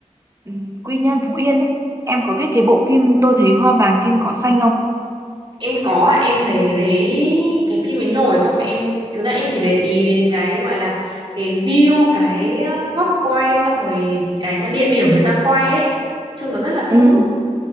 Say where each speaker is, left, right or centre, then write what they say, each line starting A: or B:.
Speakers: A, on the right; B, on the right.
A: ừ, Quy Nhơn Phú Yên ấy. Em có biết cái bộ phim Tôi thấy hoa vàng trên cỏ xanh không?
B: em có ạ, em thấy cái đấy cái phim ấy nổi xong mà em thực ra em chỉ để ý đến cái gọi là cái view cái ờ, góc quay xong rồi cái mà địa điểm người ta quay ấy chung nó rất là
A: Ừ,
B: thu hút